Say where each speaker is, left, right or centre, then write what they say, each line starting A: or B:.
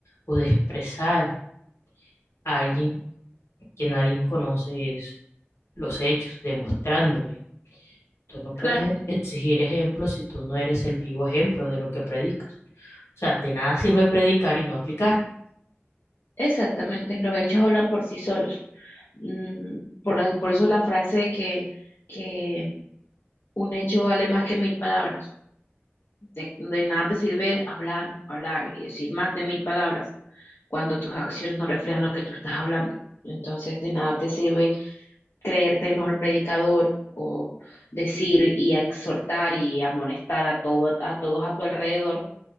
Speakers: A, on the left; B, on the left.
A: o de expresar a alguien que nadie conoce es los hechos, demostrándole. Tú no puedes
B: Claro,
A: exigir ejemplos si tú no eres el vivo ejemplo de lo que predicas. O sea, de nada sirve predicar y no aplicar.
B: exactamente. Los hechos hablan por sí solos. Mm, por, por eso la frase que, que un hecho vale más que mil palabras. De, de nada te sirve hablar, hablar y decir más de mil palabras cuando tus acciones no reflejan lo que tú estás hablando. Entonces, de nada te sirve creerte el mejor predicador o decir y exhortar y amonestar a, todo, a todos a tu alrededor